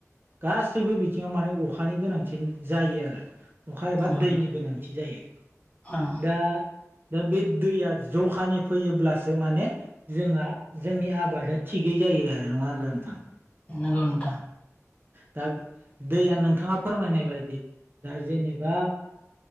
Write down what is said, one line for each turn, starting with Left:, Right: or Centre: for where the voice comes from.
Right: गासैबो बिथिङाव माने अखा अखानि गोनांथि जायो आरो। अखा
Left: नंगौ
Right: एबा दैनि गोनांथि जायो
Left: ओं
Right: दा दा बे दैया जखानि फैयोब्लासो माने जोंहा जोंनि आब आबादा थिगै जायो आरो नङा हब्ला नोंथां?
Left: नंगौ नोंथां
Right: दा दैया नोंथाङा फोरमायनाय बायदि दा जेनेबा